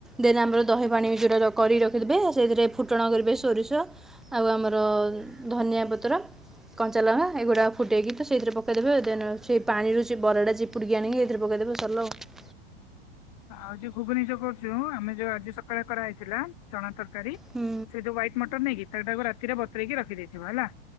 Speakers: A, in the centre; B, on the left.
A: ଦେନ୍ ଆମର ଦହି ପାଣିଉଟା ରଖ କରି ରଖିଥିବେ ସେଇଥିରେ ଫୁଟଣ କରିବେ ସୋରିଷ ଆଉ ଆମର ଧନିଆ ପତ୍ର। କଞ୍ଚା ଲଙ୍କା ଏଗୁଡ଼ାକ ଫୁଟାଇକି ତ ସେଇଥିରେ ପକାଇଦେବେ ଦେନ୍ ସେଇ ପାଣିରୁ ଯେ ବରା ଟା ପୁଣି
B: ହୁଁ।
A: ଆଣିି ଏତିର୍ ପ ଦେବେ ସରିଲା ଆଉ।
B: <inaudible> ଆଉ ଯ ଖୁବ ନିଯ କରୁଛୁ ଆମେ ଯୋଉ ଆଜି ସକାଳେ କରାହେଇଥିଲା ଚଣା ତରକାରୀ ସେ
A: ହୁଁ
B: ଯୋଉ ହ୍ୱାଇଟ୍ ମଟର ନେଇକି ତାଟାକୁ ରାତିରେ ବତରେଇକି ରଖିଦେଇଥିବ ହେଲା।